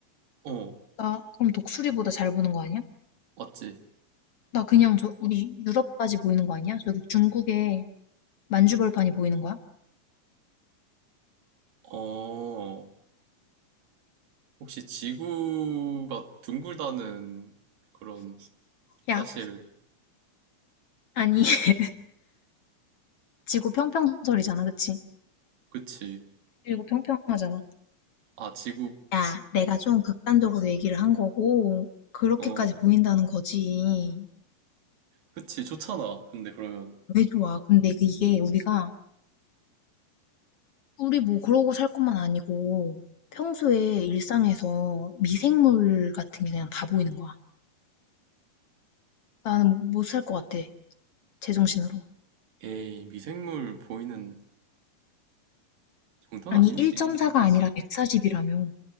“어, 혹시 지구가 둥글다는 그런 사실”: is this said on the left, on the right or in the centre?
Right